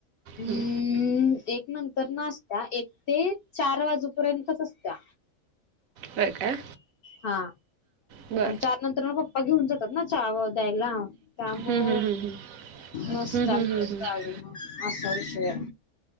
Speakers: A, on the left; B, on the right.
A: हूं
B: हं,
A: एक नंत तर ना असत्या. एक ते चार वाजूपर्यंतच असत्या.
B: व्हय काय.
A: हा
B: बरं
A: आणि चार नंतर म पप्पा घेऊन जातात ना चहा द्यायला. त्यामुळं
B: हं, हं, हं, हं.
A: नसता
B: हं, हं,
A: मिळत
B: हं, हं.
A: गाडी म असा विषय हाय.